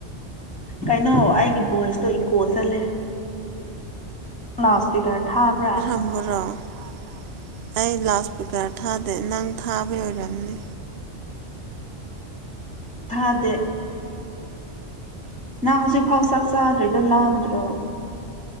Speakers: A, in the centre; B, on the right (about 60°).
A: ꯀꯩꯅꯣ ꯑꯩꯒꯤ ꯚꯣꯏꯁꯇꯣ ꯏꯀꯣ ꯆꯠꯂꯦ ꯅꯪ ꯂꯥꯎ ꯏꯁ꯭ꯄꯤꯀꯔ ꯊꯥꯕ꯭ꯔꯥ
B: <unintelligible> ꯑꯩ ꯂꯥꯎꯠ ꯏꯁꯄꯤꯀꯔ ꯊꯥꯗꯦ ꯅꯪ ꯊꯥꯕꯩ ꯑꯣꯏꯔꯝꯅꯤ
A: ꯊꯥꯗꯦ ꯅꯪ ꯍꯧꯖꯤꯛꯐꯥꯎ ꯆꯥꯛ ꯆꯥꯗ꯭ꯔꯤꯗꯣ ꯂꯥꯝꯗ꯭ꯔꯣ